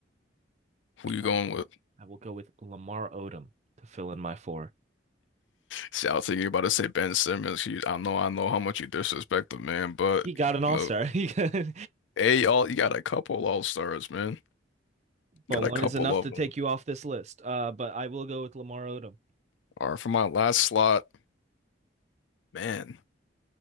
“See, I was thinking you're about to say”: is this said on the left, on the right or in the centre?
Left